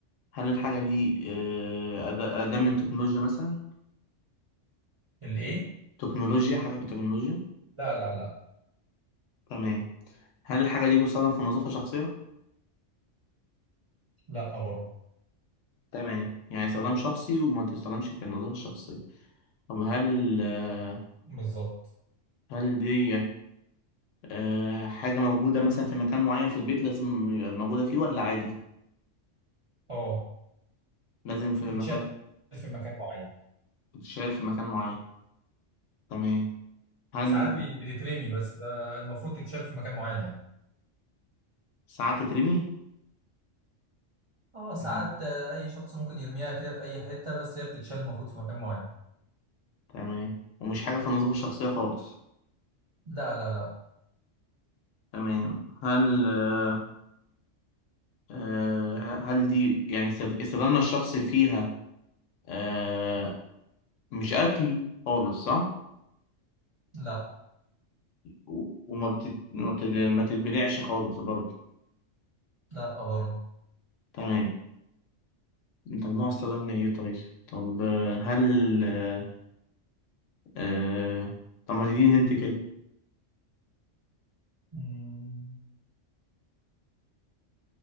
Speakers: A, on the left; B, on the right.
A: هل الحاجة دي آه، أد- أداة من تكنولوجيا مثلا؟
B: الايه
A: تكنولوجيا حاجة في التكنولوجيا؟
B: لا لا لا
A: تمام هل الحاجة دي بتستخدم في نظافة شخصية؟
B: لا برضه
A: تمام يعني استخدام شخصي وما تستخدمش في النظافة الشخصية طب هل آه،
B: بالظبط
A: هل دي آه، حاجة موجودة مثلا في مكان معين في البيت لازم يبقى موجودة فيه ولا عادي؟
B: اه
A: لازم في
B: تتشال
A: مكان
B: في مكان معين
A: بتتشال في مكان معين تمام هل
B: ساعات بي- بتترمي بس ده المفروض تتشال في مكان معين يعني
A: ساعات تترمي؟
B: اه ساعات
A: مم.
B: آه، اي شخص ممكن يرميها كده في اي حتة بس هي بتتشال المفروض في مكان معين
A: تمام ومش حاجة في النظافة الشخصية خالص
B: لا لا لا
A: تمام هل آه، آه، هل دي يعني استخد- استخدامنا الشخصي فيها آه، مش أكل خالص صح؟
B: لا
A: و- وما بتت... ما بتت... ما تتبلعش خالص برضه
B: لا برضه
A: تمام طب نوع السعودة من ايه طيب طب آه، هل آه... آه... طب ما تديني هنت كده
B: مم.